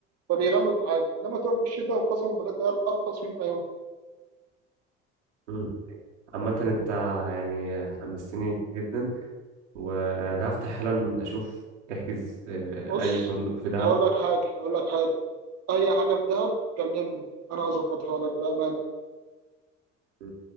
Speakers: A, on the right (about 50°); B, on the right (about 85°).
A: فبيغلوا الحاجه انما تروح في الشتاء وقسما بالله ده ارخص مما يوم
B: مم. عامه انت يعني حمستني جدا وانا هفتح حالا اشوف نحجز آه،
A: بص
B: اي فندق في دهب
A: هقول لك حاجة هقول لك حاجة أي حاجة في دهب كلمني أنا هظبطها لك بأمان
B: مم.